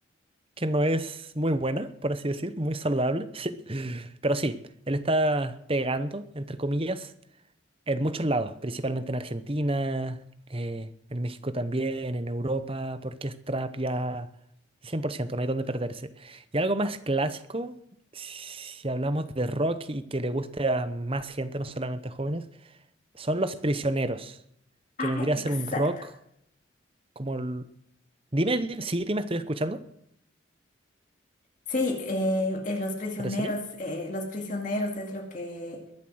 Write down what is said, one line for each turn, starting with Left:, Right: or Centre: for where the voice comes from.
Right: que no es muy buena, por así decir, muy saludable. <laughs> Pero sí, él está pegando, entre comillas, en muchos lados, principalmente en Argentina, eh, en México también, en Europa, porque es trap ya 100%, no hay donde perderse. Y algo más clásico, si hablamos de rock y que le guste a más gente, no solamente jóvenes, son Los Prisioneros,
Left: Ah,
Right: que vendría a
Left: exacto.
Right: ser un rock como el... Dime, di- sí, dime, estoy escuchando,
Left: Sí, eh, eh, los prisioneros,
Right: ¿parecería?
Left: eh, los prisioneros es lo que